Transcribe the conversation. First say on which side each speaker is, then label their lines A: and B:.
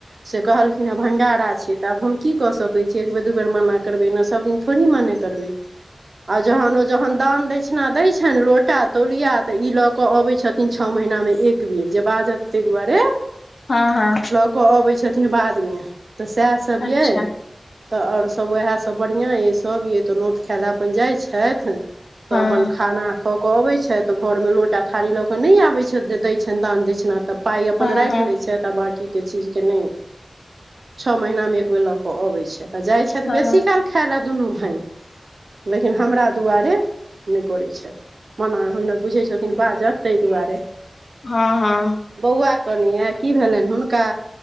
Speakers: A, on the right; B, on the left.
A: से कहलखिन हेँ भंडारा छै, त आब हम की कऽ सकैत छी, एक बेर दू बेर मना करबै ने, सभदिनथड़ा थोड़ी मान करबै। आ जहन ओ जहन दान दक्षिणा दय छनि, लोटा तौलिया तऽ ई लऽ के अबै छथिन। तीन, छओ महिनामे एकबेर जे, बाजत ताहि दुआरे।
B: हँ, हँ।
A: लकऽ अबै छथिन बादमे, तऽ सएह सब
B: अच्छा
A: यै, तऽ आओर सभ वएह तऽ बढ़ियाँ यइ, सब ये तऽ नोत खाय लऽ अपन जाइ छथि, तऽ
B: हँ
A: अपन खाना खऽ कऽ अबैत छथि, तऽ घरमे लोटा आ थारी लऽ कऽ नहि आबैत छथि, जे दै छनि दान दैछिना। तऽ पाइ अपन
B: हँ
A: राखि
B: हँ
A: लैत छथि, तआ बाँकीके चीजके नहि। छओ महीनामे एक बेर लऽ कऽ अबैत छथि, आ जाइ छथि
B: हँ
A: बेसी काल खाय लए दुनू भाइन। लेकिन हमरा दुआरे। नहि करैत छैत, मना हमरा बुझैत छथिन बाजत, ताहि दुआरे।
B: हँ, हँ।
A: बौआ कनियए, की भेलनि हुनका?